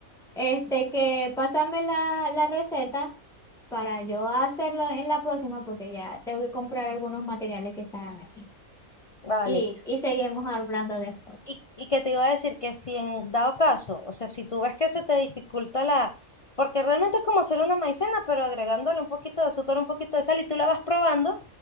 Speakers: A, in the centre; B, on the left.
A: este, que pásame la, la receta. para yo hacerlo en la próxima porque ya tengo que comprar algunos materiales que están aquí.
B: Vale.
A: Y, y seguimos hablando después.
B: Y, y que te iba a decir que si en dado caso, o sea, si tú ves que se te dificulta la, porque realmente es como hacer una maicena, pero agregándole un poquito de azúcar, un poquito de sal y tú la vas probando,